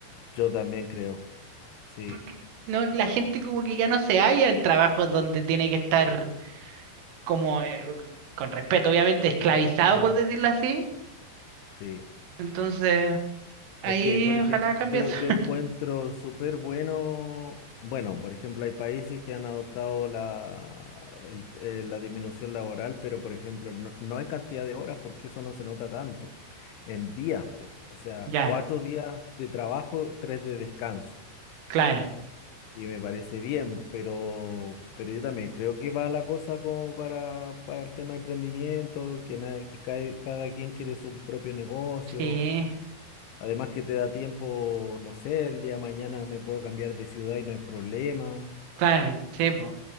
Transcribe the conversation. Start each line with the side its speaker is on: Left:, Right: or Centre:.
Left: Yo también creo. Sí.
Right: Porque no, la gente como que ya no se halla en trabajos donde tiene que estar como, eh, con respeto obviamente, esclavizado
Left: Mm.
Right: por decirlo así.
Left: Sí.
Right: Entonces, ahí
Left: Es que, por ejemplo,
Right: ojalá cambie
Left: yo,
Right: eso. <laughs>
Left: yo encuentro súper bueno, bueno, por ejemplo, hay países que han adoptado la, el- eh, la disminución laboral, pero, por ejemplo, no, no en cantidad de horas, porque eso no se nota tanto, en días, po. O sea,
Right: Ya,
Left: cuatro días de trabajo, tres de descanso.
Right: claro.
Left: Y me parece bien, pero, pero yo también creo que va la cosa como para, para el tema de emprendimiento, que, nada, que cada, cada quien quiere su propio negocio.
Right: Sí,
Left: Además que te da tiempo, no sé, el día de mañana me puedo cambiar de ciudad y no hay problema.
Right: claro, sí, po.